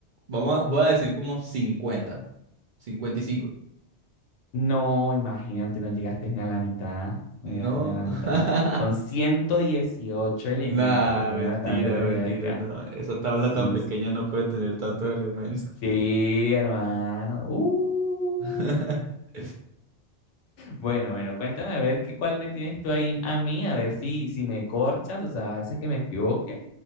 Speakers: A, on the right; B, on the left.
A: vamos a- voy a decir como cincuenta cincuenta y cinco
B: No, imagínate, no llegaste ni a la mitad, no
A: No,
B: llegaste ni a la
A: <laughs>
B: mitad. Son 118 elementos
A: nah,
B: que tiene
A: mentira,
B: la tabla periódica.
A: mentira, no. Esa tabla
B: Sí,
A: tan pequeña
B: sí,
A: no puede tener tantos elementos.
B: sí, hermano. Uh.
A: <laughs>
B: Bueno, bueno, cuéntame a ver qué, cuál me tienes tú ahí a mí, a ver si, si me corchas, o sea, a veces que me equivoque,